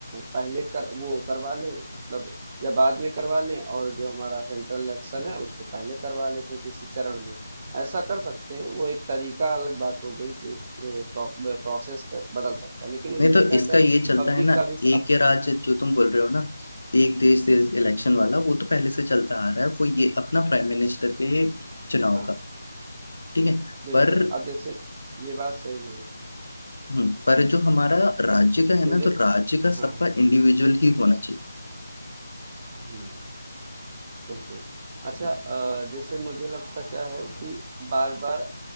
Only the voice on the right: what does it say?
पहले कर वो करवा लें मतलब या बाद में करवा लें और जो हमारा सेंट्रल इलेक्शन है उसको पहले करवा लेते हैं किसी चरण में ऐसा कर सकते हैं वो एक तरीका अलग बात हो गई कि उस प्रोसेस बदल सकता है लेकिन मुझे
लगता
है अगर
पब्लिक
का भी
अब,
हम्म,
हाँ
बिल्कुल
अब जैसे ये बात सही है
मुझे
हाँ
हाँ
हम्म, बिल्कुल अच्छा अ, जैसे मुझे लगता क्या है कि बार बार